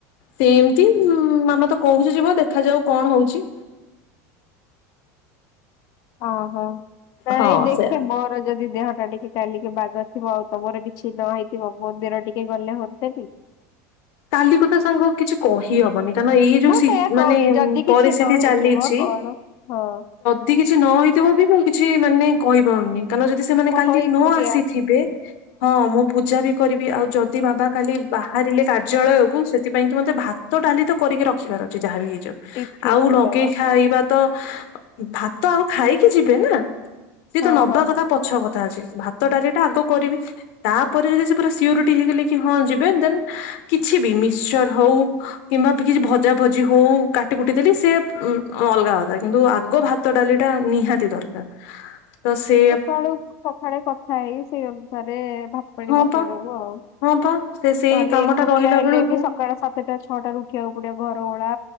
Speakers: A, on the left; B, on the left.
A: ସେମିତି ମାମା ତ କହୁଚି ଯିବ ଦେଖା ଯାଉ କଣ ହଉଚି।
B: ଓହୋ ନାଇଁ
A: ହଁ
B: ଦେଖେ
A: ସେ
B: ମୋର ଯଦି ଦେହ ଟା ଟିକେ କାଲିକି ବାଘ ଥିବ ଆଉ ତମର କିଛି ନ ହେଇଥିବ ମନ୍ଦିର ଟିକେ ଗଲେ ହୁଅନ୍ତା କି?
A: ତାଲି କଥା ସାଙ୍ଗ କିଛି କହିହବନି କାରଣ ଏଇ ଯୋଉ
B: ମୁଁ
A: ସିତ୍
B: ସେଇୟା
A: ମାନେ
B: କହୁଛି ଯଦି କିଛି
A: ପରିସ୍ଥିତି
B: ନ ହେଇଥିବ
A: ଚାଲିଛି,
B: କଣ ହଁ,
A: ଯ କିଛି ନ ହେଇଥିବ ବି ମୁଁ କିଛି ମାନେ କହିପାରୁନି କାରଣ ଯଦି ସେ ସେମାନେ କାଲି
B: ଓହୋ ଏକୁଟିଆ
A: ନ ଆସିଥିବେ ହଁ ମୁଁ ପୂଜା ବି କରିବି ଆଉ ଯଦି ବାବା, କାଲି ବାହାରିଲେ କାର୍ଯ୍ୟାଳୟକୁ ସେଥିପାଇଁ କିି ମୋତେ ଭାତ ଡାଲି ତ କରିକି ରଖିବାର ଅଛି ଯାହା ବିି ହେଇଯାଉ,
B: ଟିଫିନ
A: ଆଉ ଲଗେଇ
B: ଦବା
A: ଖାଇବା,
B: ପାଇଁ
A: ତ ଭାତ ଆଉ ଖାଇକି ଯିବେ ନା ସିଏ ତ
B: ହଁ
A: ନବା
B: ହଁ
A: କଥା
B: ହଁ।
A: ପଛ କ ଥା ଅଛି ଭାତ ଡାଲିଟା ଆଗ କରିବି, ତାପରେ ଯଦି ସେ ପୁରା ସିଓରିଟି ହେଇଗଲେ କି ହଁ ଯିବେ ଦେନ୍ କିଛି ବି ମିସଚର୍ ହଉ, କିମ୍ବା କିଛି ଭଜା ଭଜି ହଉ କାଟି କଟି ଦେଲି ସେ ଉଁ ଅଲଗା କଥା କିନ୍ତୁ ଆଗ ଭାତ୍ ତ ଡାଲି ଟା ନିହାତି ଦରକାର, ତ ସେ
B: ସକାଳୁ ସକାଳେ କଥା ହେଇ ସେଇ ଅନୁସାରେ ଭାତ ପାଣି
A: ହଁ
B: ବସେଇ
A: ପା
B: ଦବୁ ଆଉ,
A: <unintelligible>
B: ତାହେଲେ ଏକୁଟିଆ
A: ଟା ରହିଲା
B: ହେଲେ
A: ବେଳକୁ
B: ବି ସକାଳ ସାତଟା ଛଅଟାରୁ ଉଠିବାକୁ ପଡ଼ିବ ଘର ଭଳା,